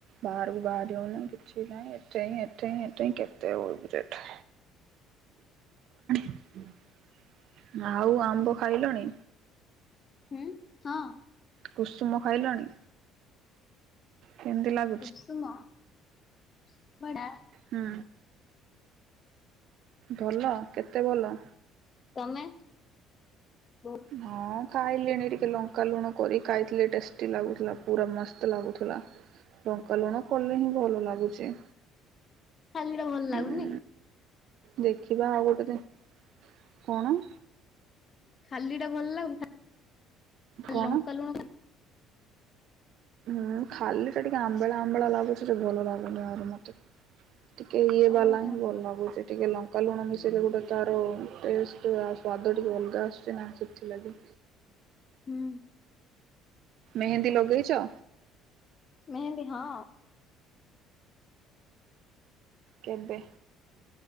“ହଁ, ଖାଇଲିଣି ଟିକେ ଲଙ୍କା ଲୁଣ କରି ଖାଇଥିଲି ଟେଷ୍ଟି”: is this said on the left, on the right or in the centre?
Right